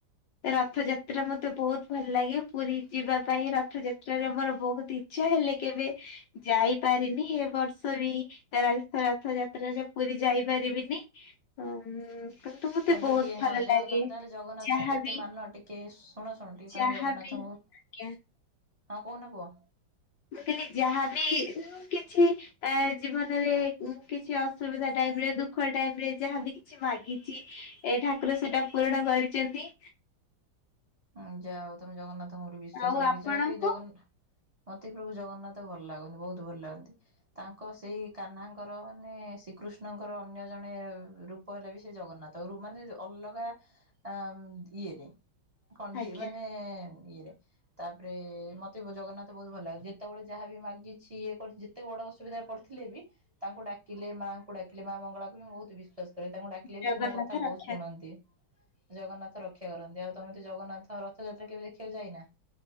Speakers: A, on the left; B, on the right.
A: ରଥଯାତ୍ରା ମତେ ବହୁତ ଭଲ ଲାଗେ ପୁରୀ ଯିବା ପାଇଁ ରଥଯାତ୍ରାରେ ମୋର ବହୁତ ଇ ଇଛା ହେଲେ କେବେ ଯାଇପାରିନି। ଏ ବର୍ଷ ବି ରଥ ରଥଯାତ୍ରା ରେ ପୁରୀ ଯାଇପାରିବିନି। ଅ ଉଁ କିନ୍ତୁ ମତେ
B: ଆଉ
A: ବହୁତ
B: ଟିକେ
A: ଭଲ
B: ହଁ ଯାଅ
A: ଲାଗେ
B: ତମେ ତାହେଲେ ଜଗନ୍ନାଥଙ୍କୁ
A: ଯାହାବି
B: ଏତେ ମାନ ଟିକେ ଶୁଣ ଶୁଣ ଟିକେ
A: ଯାହାବି
B: ତମେ ଜଗନ୍ନାଥଙ୍କୁ ହଁ
A: ଆଜ୍ଞା
B: କହୁନ କୁହ
A: ମୁଁ ଖାଲି ଯାହା ବିି କିଛି ଏ ଜୀବନରେ କିଛି ଅସୁବିଧା ଟାଇମ ରେ ଦୁଃଖ ଟାଇମ ରେ ଯାହାବି କିଛି ମାଗିଛି ଏ ଠାକୁର ସେଟା ପୂରଣ କରିଛନ୍ତି।
B: ଉଁ ଯାହା ହଉ ତମେ ଜଗନ୍ନାଥଙ୍କ ଉପରେ ବିଶ୍ଵାସ
A: ଆଉ
B: ରଖିଛ
A: ଆପଣଙ୍କୁ
B: ଟିକେ ଜଗନ୍ ମତେ ପ୍ରଭୁ ଜଗନ୍ନାଥ ଭଲ ଲାଗନ୍ତି ବହୁତ ଭଲ ଲାଗନ୍ତି। ତାଙ୍କ ସେଇ କାହ୍ନାଙ୍କର ମାନେ ଶ୍ରୀକୃଷ୍ଣଙ୍କର ଅନ୍ୟ ଜଣେ ରୂପ ହେଲେ ବି ସେଇ ଜଗନ୍ନାଥ। ତରୁ ମାନେ ଅଲଗା ଆମ ଇଏରେ। କଣ
A: ଆଜ୍ଞା
B: ଦି ମାନେ ଇଏରେ। ତାପରେ ମୋତେ ଜଗନ୍ନାଥ ବହୁତ ଭଲ ଲାଗନ୍ତି ଯେତେବେଳେ ଯାହା ବି ମାଗିଛି ଇଏ କରି ଯେତେ ବଡ଼ ଅସୁବିଧା ପଡ଼ିଥିଲେ ବି ତାଙ୍କୁ ଡା କିଲେ ମା ଙ୍କୁ ଡାକିଲେ ମା ମଙ୍ଗଳାକୁ ବି ମୁଁ ବହୁତ ବିଶ୍ଵାସ କରେ ତାଙ୍କୁ ଡାକିଲେ
A: ଜଗନ୍ନାଥ
B: ବି ସେ ମୋ କଥା ବହୁତ
A: ରକ୍ଷା
B: ଶୁଣନ୍ତି। ଜଗନ୍ନାଥ ରକ୍ଷା କରନ୍ତି ଆଉ ତମେ ତ୍ ଜଗନ୍ନାଥ ରଥଯାତ୍ରା କେବେ ଦେଖିବାକୁ ଯାଇନା?